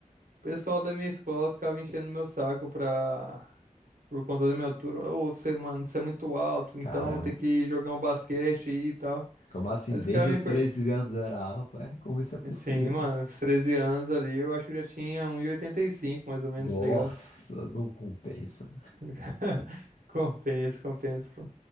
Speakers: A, on the right; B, on the left.
A: O pessoal da minha escola ficava enchendo meu saco pra... por conta da minha altura. Ô, você, mano, você é muito alto,
B: Caramba.
A: então tem que jogar um basquete aí e tal.
B: Como assim?
A: Aí os
B: Desde
A: caras
B: os
A: me. Per...
B: 13 anos era alto? É, como isso é possível,
A: Sim, mano,
B: pô?
A: uns 13 anos ali, eu acho que eu já tinha um e e oitenta e cinco, mais ou menos,
B: Nossa,
A: tá ligado?
B: não compensa.
A: <laughs> Compensa, compensa. pô.